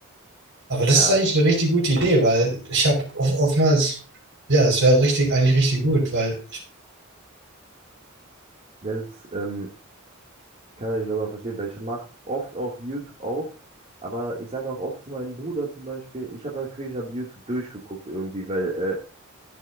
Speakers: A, on the right (about 60°); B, on the right (about 30°).
A: Aber das
B: Ja,
A: ist eigentlich eine richtig gute Idee, weil ich habe of- oftmals, ja, das wäre richtig, eigentlich richtig gut, weil,
B: das ähm, kann ich aber verstehen, weil ich mache oft auch YouTube auf, aber ich sage auch oft zu meinem Bruder zum Beispiel, ich habe das Gefühl, ich habe YouTube durchgeguckt irgendwie, weil äh,